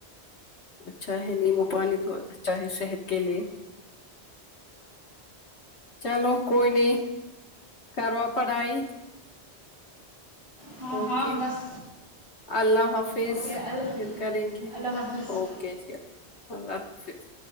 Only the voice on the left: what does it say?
اچھا ہے نیمبو پانی تو اچھا ہے صحت کے لیے چلو کوئی نہیں کرو پڑھائی
اوکے
اللہ حافظ
پھر کریں گے
اوک کجیف اللہ حافظ